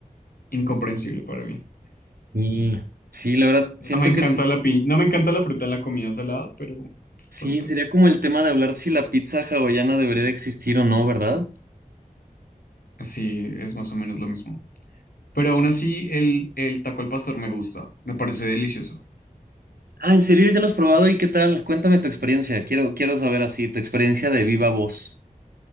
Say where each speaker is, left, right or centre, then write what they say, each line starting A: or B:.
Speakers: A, on the left; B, on the right.
A: incomprensible para mí.
B: Y sí, la verdad,
A: No
B: siento
A: me encanta
B: que se-
A: la pi- no me encanta la fruta en la comida salada, pero
B: sí,
A: respeto.
B: sería como el tema de hablar si la pizza hawaiana debería de existir o no, ¿verdad?
A: Sí, es más o menos lo mismo. Pero aún así, el, el taco al pastor me gusta. Me parece delicioso.
B: Ah, ¿en serio ya lo has probado? ¿Y qué tal? Cuéntame tu experiencia. Quiero, quiero saber así, tu experiencia de viva voz.